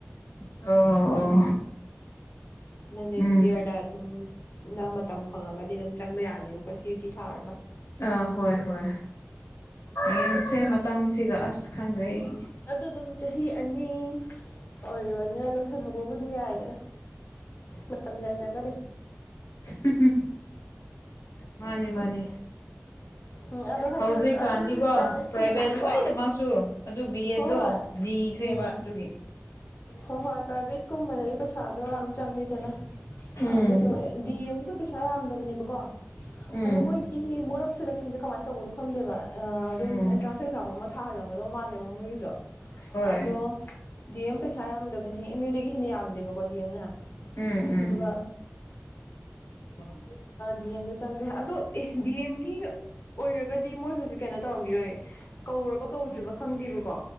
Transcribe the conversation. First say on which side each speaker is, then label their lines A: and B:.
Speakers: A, on the left (about 75°); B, on the left (about 50°).
A: ꯑꯣ ꯑꯣ
B: ꯅꯪ ꯅꯦꯛꯁ
A: ꯎꯝ
B: ꯌꯔꯗ ꯑꯗꯨꯝ ꯅꯪ ꯃꯇꯝ ꯐꯪꯉꯒꯗꯤ ꯑꯗꯨꯝ ꯆꯪꯕ ꯌꯥꯅꯦꯕꯀꯣ ꯁꯤꯨꯇꯤ ꯊꯥꯔꯒ
A: ꯑꯥ ꯍꯣꯏ ꯍꯣꯏ ꯌꯦꯡꯁꯦ ꯃꯇꯝꯁꯤꯒ ꯑꯁ ꯈꯪꯗ꯭ꯔꯦ ꯑꯩ
B: ꯑꯗꯨ ꯑꯗꯨꯝ ꯆꯍꯤ ꯑꯅꯤ ꯑꯣꯏꯔꯤꯕꯅꯤꯅ ꯁꯟꯍꯧꯕꯕꯨꯗꯤ ꯌꯥꯏꯗꯅ ꯃꯇꯝ ꯂꯩꯔꯒꯗꯤ꯫
A: ꯍꯨꯝ ꯍꯨꯝ ꯃꯥꯅꯤ ꯃꯥꯅꯤ꯫
B: ꯎꯝ ꯑꯗꯨ ꯑꯗꯨ ꯍꯥꯏꯅꯤ
A: ꯍꯧꯖꯤꯛꯀꯥꯟꯗꯤꯀꯣ
B: ꯑꯗꯨꯝ ꯄ꯭ꯔꯥꯏꯚꯦꯠꯀꯨꯝꯕꯗꯀꯣ
A: ꯄ꯭ꯔꯥꯏꯚꯦꯠ ꯂꯣꯏꯅꯃꯛꯁꯨ ꯑꯗꯨ ꯕꯤ ꯑꯦꯗꯠꯇꯣ
B: ꯍꯣꯏ ꯍꯣꯏ
A: ꯅꯤꯈ꯭ꯔꯦꯕ
B: ꯎꯝ꯫
A: ꯑꯗꯨꯒꯤ
B: ꯍ ꯍꯣꯏ ꯄꯥꯏꯚꯦꯠ ꯀꯨꯝꯕꯗꯗꯤ ꯄꯩ ꯄꯩꯁꯥꯗꯣ ꯌꯥꯝ ꯆꯪꯉꯤꯗꯅ
A: ꯎꯝ
B: ꯑꯗꯨꯁꯨ ꯗꯤ ꯑꯦꯝꯁꯨ ꯄꯩꯁꯥ ꯌꯥꯝꯗꯕꯅꯦꯕꯀꯣ꯫
A: ꯎꯝ
B: ꯑꯗꯣ ꯃꯣꯏꯒꯤ ꯃꯣꯠ ꯑꯣꯞ ꯁꯦꯂꯦꯛꯁꯟꯁꯦ ꯀꯃꯥꯏꯅ ꯇꯧꯕꯅꯣ ꯈꯪꯗꯦꯕ꯫ ꯑꯗꯨꯝ
A: ꯎꯝ
B: ꯑꯦꯟꯇ꯭ꯔꯥꯟꯁ ꯑꯦꯛꯖꯥꯝ ꯑꯃ ꯊꯥꯍꯜꯂꯝꯒꯗꯧ ꯃꯥꯜꯂꯦꯕ ꯃꯣꯏꯒꯤꯁꯨ
A: ꯍꯣꯏ
B: ꯑꯗꯣ ꯗꯤ ꯑꯦꯝ ꯄꯩꯁꯥ ꯌꯥꯝꯗꯕꯅꯤ ꯃꯤꯑꯣꯏꯗꯒꯤ ꯍꯦꯟꯅ ꯌꯥꯝꯗꯦꯕꯀꯣ ꯗꯤ ꯑꯦꯝꯅ
A: ꯎꯝ ꯎꯝ
B: ꯑꯗꯨꯒ ꯑ
A: <inaudible>
B: ꯗꯤ ꯑꯦꯝ ꯆꯪꯒꯦ ꯑꯗꯣ ꯗꯤ ꯑꯦꯝꯒꯤ ꯑꯣꯏꯔꯒꯗꯤ ꯃꯣꯏ ꯍꯧꯖꯤꯛ ꯀꯩꯅꯣ ꯇꯧꯔꯝꯈꯤꯔꯣꯏ ꯀꯧꯔꯕ ꯀꯧꯗ꯭ꯔꯤꯕ ꯈꯪꯗꯦꯕꯀꯣ